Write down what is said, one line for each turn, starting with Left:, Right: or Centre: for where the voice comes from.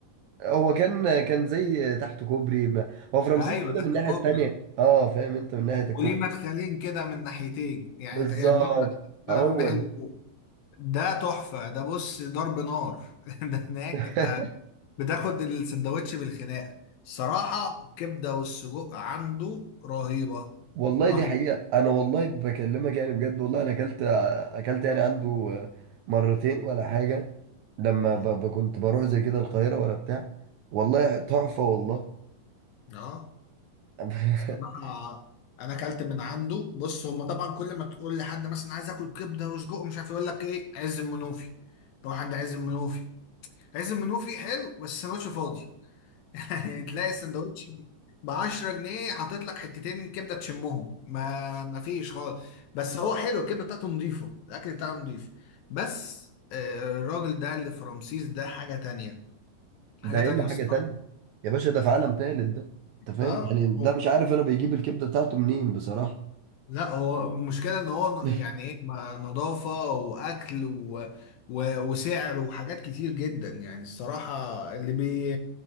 Right: هو كان كان زي تحت كوبري ما هو في رمسيس
Left: ايوه
Right: كده
Left: تحت
Right: من الناحية
Left: كوبري
Right: التانية اه فاهم انت من ناحية
Left: وليه
Right: الكوبري
Left: مدخلين كده من ناحيتين يعني
Right: بالظبط
Left: يعني باب باب
Right: هو
Left: محل
Right: ده
Left: ده تحفة ده بص ضرب نار <laughs> ده هناك
Right: <laughs>
Left: انت بتاخد السندوتش بالخناقة الصراحة الكبدة والسجق عنده رهيبة
Right: والله
Left: رهيبة
Right: دي حقيقة أنا والله بكلمك يعني بجد والله أنا أكلت أكلت يعني عنده مرتين ولا حاجة لما
Left: مم.
Right: ب... ب- كنت بروح زي كده القاهرة ولا بتاع والله تحفة والله
Left: اه
Right: <laughs>
Left: الصراحة انا اكلت من عنده بص هما طبعا كل ما تقول لحد مثلا عايز اكل كبدة وسجق ومش عارف إيه، يقول لك ايه عز المنوفي روح عند عز المنوفي عز المنوفي حلو بس السندوتش فاضي يعني تلاقي السندوتش ب 10 جنيه حاطط لك حتتين كبده تشمهم ما ما فيش خالص بس هو حلو الكبده بتاعته نظيفه الاكل بتاعه نظيف بس آه، الراجل ده اللي في رمسيس ده حاجه تانية حاجه
Right: ده
Left: تانية
Right: الا
Left: الصراحه
Right: حاجه تانية يا باشا ده في عالم تالت ده انت فاهم
Left: اه
Right: يعني
Left: هو
Right: ده مش عارف انا بيجيب الكبده بتاعته منين بصراحه
Left: لا هو المشكلة ان هو
Right: <laughs>
Left: يعني ايه ما- نظافة واكل و... و... وسعر وحاجات كتير جدا يعني الصراحة اللي بي